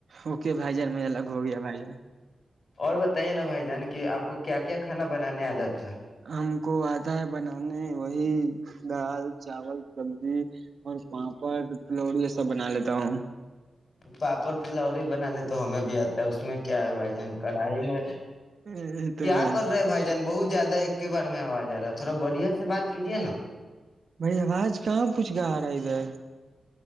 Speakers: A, on the right (about 60°); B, on the left (about 50°).
A: اوکے بھائی جان میںج الگ ہو گیا بھائی جان
B: اور بتائیے نا بھائی جان کی آپ کو کیا کیا کھانا بنانے آ جاتا ہے
A: ہم کو آتا ہے بنانے وہی گال چاول سبزی اور پاپڑ تلوڑی یہ سب بنا لیتا ہوں
B: پاپڑ تلوڑی بنانے تو ہمیں بھی آتے اس میں کیا ہے بھائی جان کڑھائی میں
A: یہ تو
B: کیا
A: ہے
B: کر رہے بھائی جان بہت زیادہ ایک کے بار میں آواز آ رہا ہے تھوڑا بڑھیا سے بات کیجے نا
A: بھائی آواز کہاں کچھ گا رہا ہے ادھر